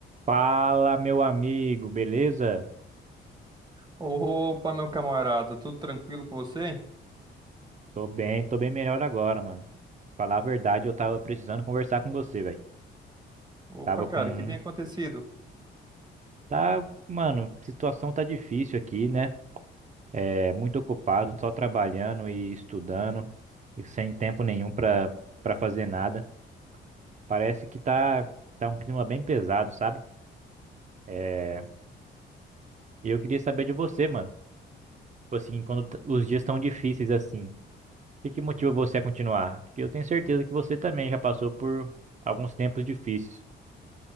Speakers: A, on the right (about 35°); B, on the right (about 20°).
A: Fala, meu amigo, beleza?
B: Opa, meu camarada, tudo tranquilo com você?
A: Tô bem, tô bem melhor agora, mano. Falar a verdade, eu tava precisando conversar com você, velho.
B: Opa,
A: Tava
B: cara,
A: com.
B: o que tem acontecido?
A: Tá, mano, situação tá difícil aqui, né? É muito ocupado, só trabalhando e estudando, e sem tempo nenhum pra, pra fazer nada. Parece que tá, tá um clima bem pesado, sabe? É, e eu queria saber de você, mano. Tipo assim, quando t- os dias tão difíceis assim. que que motiva você a continuar? Porque eu tenho certeza que você também já passou por alguns tempos difíceis.